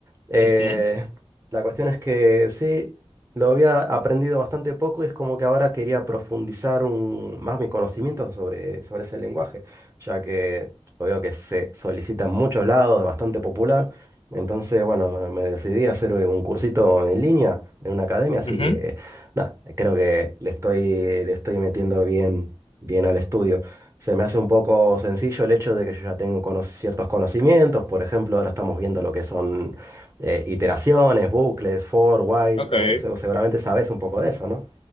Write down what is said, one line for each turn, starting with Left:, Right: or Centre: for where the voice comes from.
Right: Eh,
Left: Ujú,
Right: la cuestión es que sí, lo había aprendido bastante poco y es como que ahora quería profundizar un- más mi conocimiento sobre, sobre ese lenguaje, ya que yo veo que se solicita en muchos lados, es bastante popular. Entonces, bueno, me decidí a hacer un cursito en línea en una academia, así
Left: ujú,
Right: que nada, creo que le estoy, le estoy metiendo bien, bien al estudio. Se me hace un poco sencillo el hecho de que yo ya tengo cono- ciertos conocimientos, por ejemplo, ahora estamos viendo lo que son eh, iteraciones, bucles, for, while,
Left: Ok,
Right: eh, <laughs> se- seguramente sabes un poco de eso, ¿no?